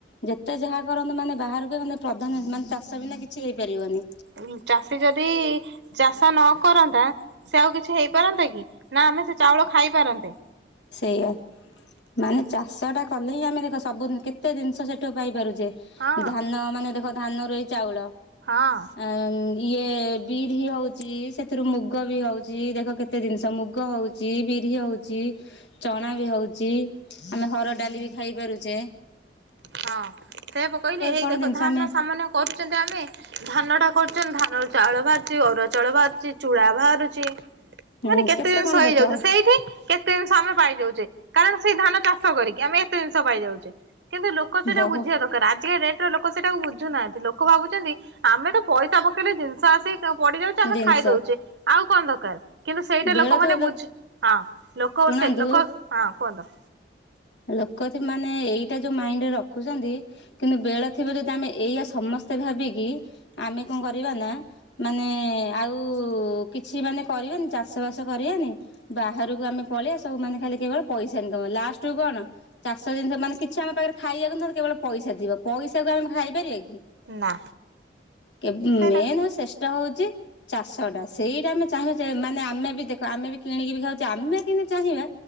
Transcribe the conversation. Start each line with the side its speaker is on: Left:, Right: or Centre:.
Left: ଯେତେ ଯାହା କରନ୍ତୁ ମାନେ ବାହାରକୁ ମାନେ ପ୍ରଧାନ ମାନେ ଚାଷ ବିନା କିଛି ହେଇପାରିବନି।
Right: ଉ ଚାଷୀ ଯଦି ଚାଷ ନ କରନ୍ତା ସେ ଆଉ କିଛି ହେଇପାରନ୍ତା କି। ନା ଆମେ ସେ ଚାଉଳ ଖାଇପାରନ୍ତେ।
Left: ସେଇଆ ମାନେ ଚାଷଟା କଲେ ହିଁ ଆମେ ଦେଖ ସବୁ ନ କେତେ ଜିନିଷ ସେଇଠୁ ପାଇପାରୁଛେ।
Right: ହଁ
Left: ଧାନ ମାନେ ଦେଖ ଧାନ ରୁ ହି ଚାଉଳ।
Right: ହଁ।
Left: ଆ ଇଏ ବିରି ହଉଛି ସେଥିରୁ ମୁଗ ବି ହଉଛି ଦେଖ କେତ ତେ ଜିନିଷ ମୁଗ ହଉଛି ବିରି ହଉଛି ଚଣା ବି ହଉଛି ଆମେ ହରଡ ଡାଲି ବି ଖାଇ ପାରୁଚେ।
Right: ହଁ। ସେୟା ପା କହିଲି ହେଇ
Left: କଣ
Right: ଦେଖ
Left: ଜିନିଷ
Right: ଧାନ
Left: ଆମେ
Right: ସାମାନ୍ୟ କରୁଛନ୍ତି ଆମେ ଧାନ ଟା କରୁଛନ୍ତି ଧାନରୁ ଚାଉଳ ବାହାରୁ ଚି ଅରୁଆ ଚାଉଳ ବାହାରୁଛି ଚୂଡା ବାହାରୁଛି
Left: ହୁଁ
Right: ମାନେ କେତେ ଜିନିଷ
Left: କଣ
Right: ହେଇଯାଉଛି
Left: ଦେଖ
Right: ସେଇଠି କେତେ ଜିନିଷ ଆମେ ପାଇ ଯାଉଛେ କାରଣ ସେଇ ଧାନ ଚାଷ କରିକି ଆମେ ଏତେ ଜିନିଷ ପାଇ ଯାଉଛେ। କିନ୍ତୁ ଲୋକ ସେଇଟା
Left: ବହୁତ
Right: ବୁଝିବା ଦକା ର ଆଜିକା ଡେଟରେ ଲୋକ ସେଟାକୁ ବୁଝୁନାହାନ୍ତି ଲୋକ ଭାବୁଛନ୍ତି ଆମେ ତ ପଇସା ପକେଇଲେ ଜିନିଷ ଆସି କି ପଡିଯାଉଛି ଆମେ
Left: ଜିନିଷ
Right: ଖାଇ ଦଉଛେ ଆଉ କଣ ଦରକାର। କିନ୍ତୁ ସେଇଟା
Left: ବେଳ
Right: ଲୋକମାନେ
Left: ଥିବ
Right: ବୁଝ ହଁ ଲୋକ
Left: ଶୁଣନ୍ତୁ
Right: ସେ ଲୋକ ହଁ କୁହନ୍ତୁ।
Left: ଲୋକ ଯେ ମାନେ ଏଇଟା ଯୋଉ ମାଇଣ୍ଡରେ ରଖ ଖୁଛନ୍ତି କିନ୍ତୁ ବେଳ ଥିବ ଯଦି ଆମେ ଏଇଆ ସମସ୍ତେ ଭାବିକି ଆମେ କଣ କରିବା ନା ମାନେ ଆଉ କିଛି ମାନେ କରିବାନି ଚାଷ ଷବାସ କରିବାନି ବାହାରକୁ ଆମେ ପଳେଇବା ସବୁ ମନେ ଖାଲି କେବଳ ପଇସା ଇନକମ ଲାଷ୍ଟକୁ କଣ ଚାଷ ଜିନିଷ ମାନେ କିଛି ଆମ ପାଖରେ ଖାଇବାକୁ ନହ କେବଳ ପଇସା ଥିବ ପଇସାକୁ ଆମେ ଖାଇପାରିବା କି?
Right: ନା
Left: କେ
Right: ସେଇଟା
Left: ମେନ୍ ହୋଉଛି ସେସ୍ ଷ୍ଟ ହୋଉଛି ଚାଷଟା ସେଇଟା ଆମେ ଚାହିଁବା ଯେ ମାନେ ଆମ ମେ ବି ଦେଖ ଆମେ ବି କିଣିକିରି ଖାଉଛେ ଆମେ କିମିତି ଚାହିଁବା